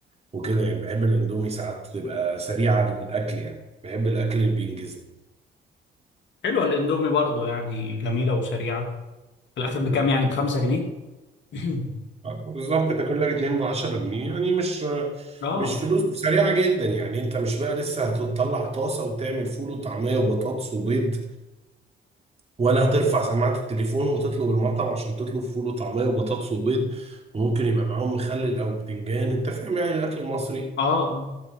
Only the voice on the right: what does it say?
وكده يعني بحب الاندومي ساعات تبقى سريعه الاكل يعني بحب الاكل اللي بينجزني
بالظبط تاكل لك 2 ب 10 جنيه يعني مش
مش فلوس سريعه جدا يعني انت مش بقى لسه هتطلع طاسه وتعمل فول وطعميه وبطاطس وبيض ولا هترفع سماعه التليفون وتطلب المطعم عشان تطلب فول وطعميه وبطاطس وبيض وممكن يبقى معاهم مخلل او بتنجان انت فاهم يعني الاكل المصري